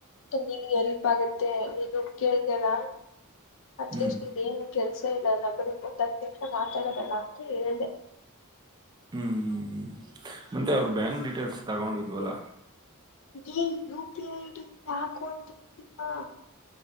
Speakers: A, on the left (about 65°); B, on the right (about 20°).
A: ನಿನ್ಗೆ ಎಲ್ಪ್ ಆಗತ್ತೆ. ದುಡ್ಡು ಕೇಳ್ದಲ್ಲ ಅಟ್ಲೀಸ್ಟ್
B: ಹ್ಮ್
A: ಇದೇನು ಕೆಲ್ಸ <unintelligible> ಇಲ್ಲ ಬರಿ ಹತ್ ಹತ್ ನಿಮಿಷ ಮಾತಾಡೋದು ಅಂತ ಹೇಳ್ದೆ.
B: ಹ್ಮ್ ಹ್ಮ ಹ್ಮ ಮತ್ತೆ ಅವ್ರ ಬ್ಯಾಂಕ್ ಡೀಟೇಲ್ಸ್ ತಗೊಂಡಿದ್ವಲ್ಲ.
A: ಈ U P I I D ಹಾಕೋ ಅಂತ <unintelligible>